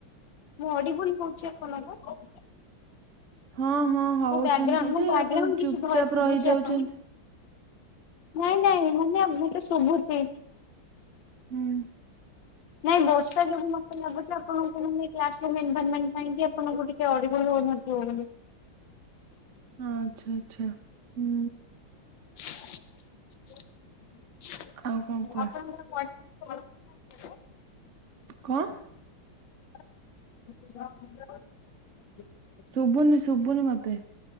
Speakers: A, on the left; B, on the right.
A: ମୁଁ ଅଡିିବୁଲ ହୋଉଛି ଆପଣଙ୍କୁ?
B: ହଁ ହଁ ହୋଉଛନ୍ତି
A: ମୋ ବ୍ୟାଗ୍ରାଉଣ୍ଡ ମୋ
B: ଯେ
A: ବ୍ୟାଗ୍ରାଉଣ୍ଡ
B: ଆପଣ
A: କିଛି
B: ଚୁପ
A: ଭଏସ
B: ଚାପ
A: ଶୁଭୁଛି
B: ରହିଯାଉଚନ୍ତି।
A: ଆପଣଙ୍କୁ ନାଇଁ ନାଇଁ ମାନେ ମୋତେ ଶୁଭୁଚି।
B: ହୁଁ।
A: ନାଇଁ ବର୍ଷା ଯୋଗୁଁ ମତେ ଲାଗୁଚି ଆପଣଙ୍କୁ ମାନେ କ୍ଲାସ୍ ରୁମ୍ ଏନଭାର୍ମେଣ୍ଟ୍ ପାଇଁକି ଆପଣଙ୍କୁ ଟିକେ ଅଡିବୁଲ୍ ହୋଉନଥିବ ବୋଲି।
B: ଆଚ୍ଛା ଆଚ୍ଛା ହୁଁ।
A: <inaudible> ଆପଣଙ୍କର ପଢାପଢି ସାରିଚି
B: ଆଉ କଣ କୁହ
A: ନା ଚାଲ <inaudible>
B: କଣ୍?
A: <unintelligible>
B: ଶୁଭୁନି ଶୁଭୁନି ମତେ।